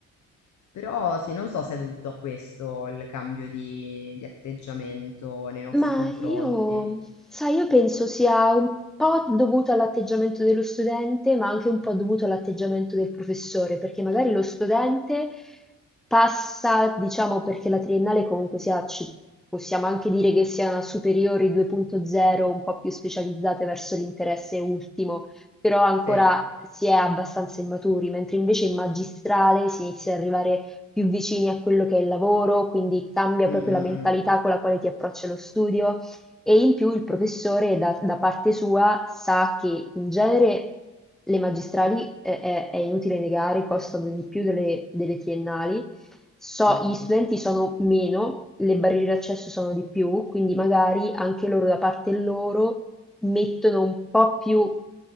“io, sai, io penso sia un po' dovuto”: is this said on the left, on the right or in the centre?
Centre